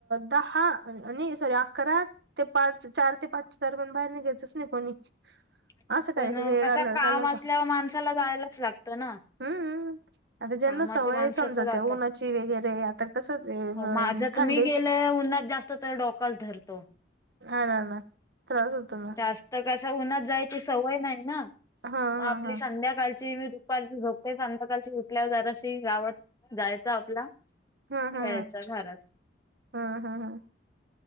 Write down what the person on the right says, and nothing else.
दहा आणि सॉरी अकरा ते पाच चार ते पाचच्या दरम्यान बाहेर निघायचच नाही कोणी.
असं काय ते रेड
अलर्ट.
आला होता
हम्म आता ज्यांना
सवय
समजा
त्या उन्हाची वगैरे आता कसं अ
खानदेश
हा ना ना त्रास होतो ना.
हा
हा
हा
हा हा
हा
हा हा हा